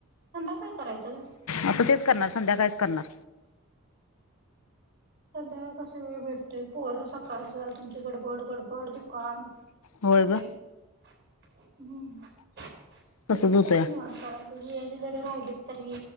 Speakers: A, on the right (about 50°); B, on the left (about 85°).
A: संध्याकाळी करायचं गं.
B: आता तेच करणार संध्याकाळीच करणार.
A: संध्याकाळ कसा वेळ भेटतोय पोरं सकाळचं तुमची गडबड गडबड दुकान.
B: होय
A: होते
B: ग.
A: हम्म संध्याकाळच
B: तसच होतय
A: निवांत. करायच जी आणि जरा राहिली तरी